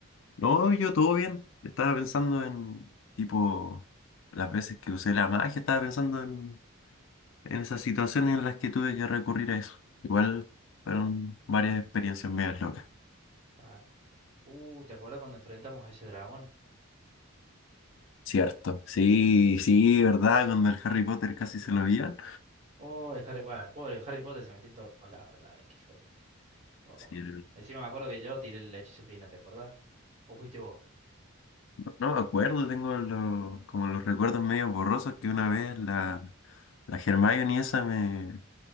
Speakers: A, on the left; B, on the right.
A: no, yo todo bien. Estaba pensando en, tipo, las veces que usé la magia, estaba pensando en, en esas situaciones en las que tuve que recurrir a eso. Igual fueron varias experiencias medias locas.
B: claro. Uh, ¿te acuerdas cuando enfrentamos a ese dragón?
A: Cierto. Sí, sí,
B: Sí.
A: ¿verdad? Cuando el Harry Potter casi
B: sí.
A: se lo vieron.
B: Oh, el Harry, bueno, pobre Harry Potter se metió en todos lados también, qué hijo de mí. Oh.
A: Sí,
B: Encima me acuerdo que yo tiré el hechizo final, ¿te acordás? ¿O fuiste vos?
A: No me acuerdo, tengo los, como los recuerdos medio borrosos que una vez la, la Hermione esa me,